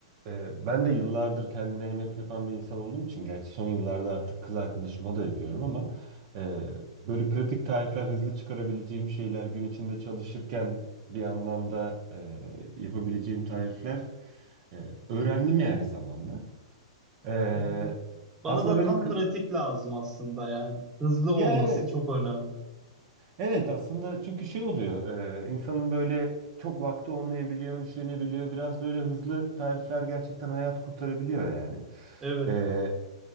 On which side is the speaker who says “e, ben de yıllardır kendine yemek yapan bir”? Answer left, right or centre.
Right